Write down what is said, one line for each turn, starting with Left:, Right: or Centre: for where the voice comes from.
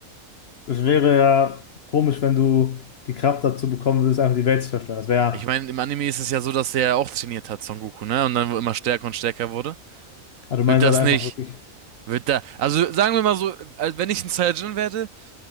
Left: Es wäre ja komisch, wenn du die Kraft dazu bekommen würdest, einfach die Welt zu zerstören. Das wäre ja,
Right: Ich meine, im Anime ist es ja so, dass er ja auch trainiert hat, Son Goku, ne? Und dann immer stärker und stärker wurde.
Left: also
Right: Wird
Left: du meinst
Right: das
Left: also einfach
Right: nicht,
Left: wirklich,
Right: wird da, also sagen wir mal so, als wenn ich ein Saiyajin werde,